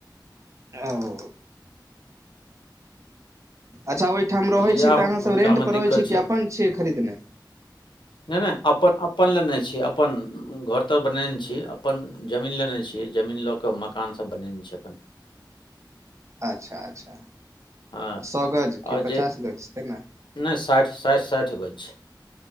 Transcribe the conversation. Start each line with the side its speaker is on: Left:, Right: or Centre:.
Right: ओ अच्छा ओहि ठाम रहै
Left: इएह
Right: छी तऽ अहाँ
Left: हुनकामे
Right: सब रेंट पर
Left: दिक्कत
Right: रहे छी
Left: छै
Right: कि अपन छियै खरीदने
Left: नहि ने अपन अपन लेने छी अपन घर तर बनेने छी अपन जमीन लेने छी जमीन लऽ केऽ मकान सब बनेने छियै अपन
Right: अच्छा अच्छा
Left: हँ
Right: सौ गज कि
Left: आओर
Right: पचास
Left: जे
Right: गज तेना
Left: नहि साठि साठि साठि गज छै